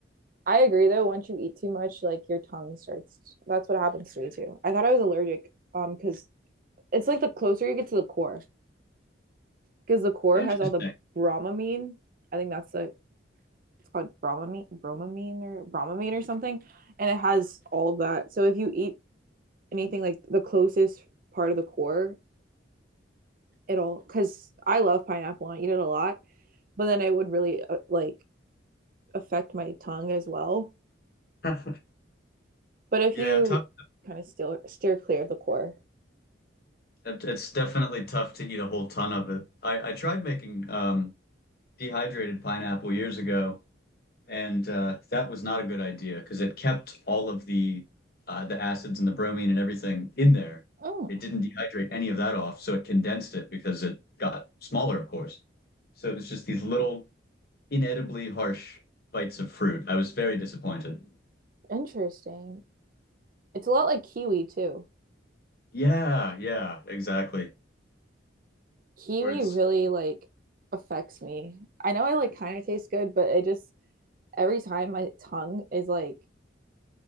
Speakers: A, on the right (about 45°); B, on the left (about 50°).
A: I agree though, once you eat too much, like your tongue starts. That's what happens to me too. I thought I was allergic um because it's like the closer you get to the core because the core
B: Interesting.
A: has all the bromamine. I think that's the it's called bromamine, bromamine or bromamine or something, and it has all that. So if you eat anything like the closest part of the core it'll because I love pineapple. I eat it a lot, but then it would really uh, like affect my tongue as well.
B: <laughs>
A: But if
B: Yeah,
A: you
B: tough.
A: kind of steer steer clear of the core.
B: It- It's definitely tough to eat a whole ton of it. I, I tried making um, dehydrated pineapple years ago, and uh, that was not a good idea because it kept all of the uh, the acids and the bromine and everything in there.
A: Oh,
B: It didn't dehydrate any of that off, so it condensed it because it got smaller, of course. So it was just these little inedibly harsh bites of fruit. I was very disappointed.
A: interesting. It's a lot like kiwi too.
B: Yeah, yeah, exactly.
A: Kiwi
B: Where it's
A: really like affects me. I know I like kind of taste good, but it just every time my tongue is like